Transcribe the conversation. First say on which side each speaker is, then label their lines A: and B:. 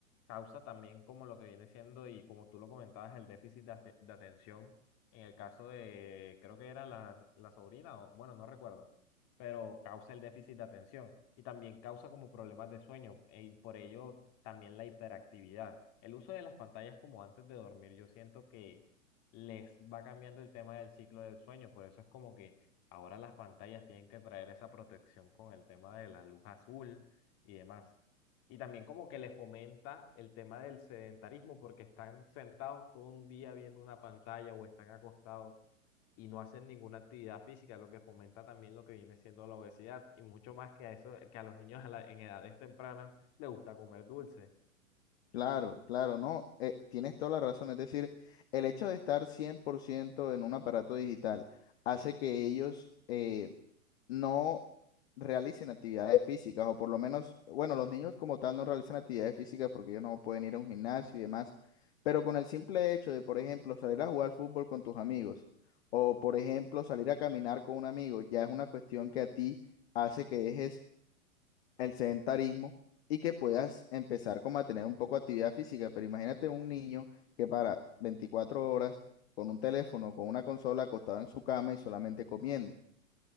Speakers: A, on the left; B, on the left.
A: causa también como lo que viene siendo, y como tú lo comentabas, el déficit de, afe- de atención en el caso de, creo que era la, la sobrina, o bueno, no recuerdo, pero causa el déficit de atención y también causa como problemas de sueño e- y por ello también la hiperactividad. El uso de las pantallas como antes de dormir, yo siento que les va cambiando el tema del ciclo del sueño. Por eso es como que ahora las pantallas tienen que traer esa protección con el tema de la luz azul y demás. Y también como que le fomenta el tema del sedentarismo porque están sentados todo un día viendo una pantalla o están acostados y no hacen ninguna actividad física, lo que fomenta también lo que viene siendo la obesidad y mucho más que a eso, que a los niños a la- en edades tempranas les gusta comer dulce.
B: Claro, claro, no, eh, tienes toda la razón. Es decir, el hecho de estar 100% en un aparato digital hace que ellos eh, no realicen actividades físicas, o por lo menos, bueno, los niños como tal no realizan actividades físicas porque ellos no pueden ir a un gimnasio y demás, pero con el simple hecho de, por ejemplo, salir a jugar fútbol con tus amigos, o por ejemplo, salir a caminar con un amigo, ya es una cuestión que a ti hace que dejes el sedentarismo y que puedas empezar como a tener un poco de actividad física. Pero imagínate un niño que para 24 horas con un teléfono, con una consola acostado en su cama y solamente comiendo.